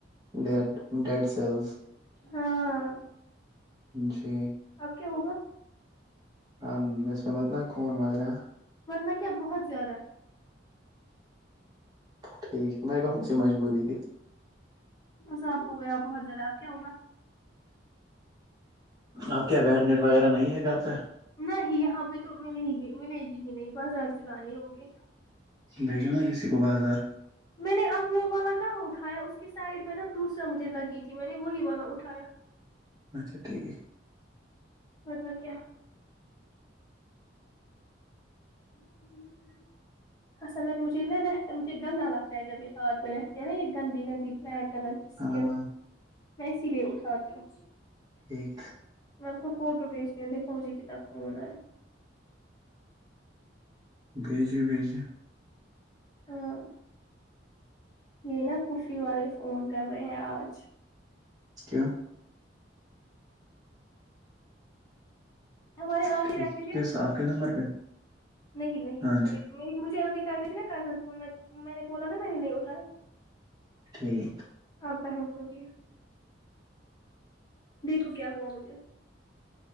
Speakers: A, on the right; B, on the left.
A: ڈیڈ ڈیڈ سیلز
B: ہاں
A: جی
B: آپ کیا ہوگا
A: ہ م اسمت نا خون وغیرہ
B: ورننا کیا بہت زیادہ
A: ٹھیک میں گاوں س مجبوری تھی
B: بس آپ ہو گیا بہت زیادہ آپ کیا ہوگا
A: آپ کیا بینڈ نٹ وغیرہ نہیں ہے گھر پہ
B: نہیں یہاں پہ تو مل ہی گ ملے گی ہی نہیں باز رار سے دانے ہوگے
A: بیج نا گسیق بازار
B: میں نے اب وہ والا کہاں اٹھایا اس کی سائڈ میں نا دوسرا مجھے لگی تھی میں نے وہی والا اٹھایا
A: اچھا ٹھیک
B: بدم کیا <unintelligible> اصل میں مجھے نا رہتا ہے مجھے گندا لگتا ہے جب یہ ہاتھ پ رہتے ہے نا یہ گندی گندی میں کم کس
A: ہاں
B: کے میں اسی لیے اٹھاتی ہوں
A: ایک
B: میں آپ کو فوٹو بھیجتی ہوں دیکو مجھے کتنا خون آیا
A: بیزے بیز
B: ہاں یہ نا کفی والے فون کر رہے ہیں آج
A: ا کیا
B: ہمارے آگے
A: ٹھیک
B: رہتے تھے
A: کس آپ کے نمبر پہ
B: نہیں نہیں
A: ہاں
B: میری
A: جی
B: مجھے ابھی کہا تھا نا کہسن فون میں نے بولا نا میں نے نہیں اٹھایا
A: ٹھیک
B: آپ بہن کو کیا دیکھو کیا ہوا مجھے